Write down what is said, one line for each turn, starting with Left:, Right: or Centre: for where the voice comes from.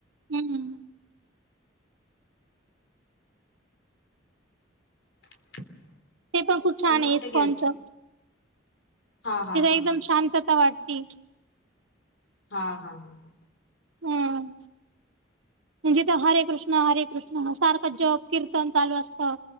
Right: हम्म
Left: <unintelligible>
Right: ते पण खूप छान
Left: आणि
Right: आहे
Left: कुठे
Right: इस्कॉनचं.
Left: गेल हा हा
Right: तिथ
Left: हा
Right: एकदम
Left: हा
Right: शांतता वाटती.
Left: हा हा हा,
Right: हम्म, म्हणजेथ हरे कृष्ण हरे कृष्ण सारखं जप किर्तन चालू असतं.